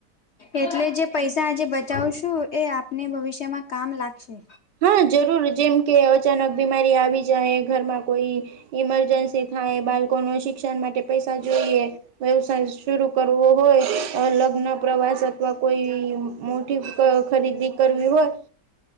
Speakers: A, on the left (about 55°); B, on the right (about 80°).
A: એટલે જે પૈસા આજે બચાવશું એ આપને ભવિષ્યમાં કામ લાગશે.
B: હા જરૂર જેમ કે અચાનક બીમારી આવી જાય ઘરમાં કોઈ ઇમરજન્સી થાય બાળકો ન શિક્ષણ માટે પૈસા જોઈએ વ્યવસાય શર કરવો હોય ઓર લગ્ન પ્રવાસ અથવા કોઈ મોટી ખરીદી કરવી હોય.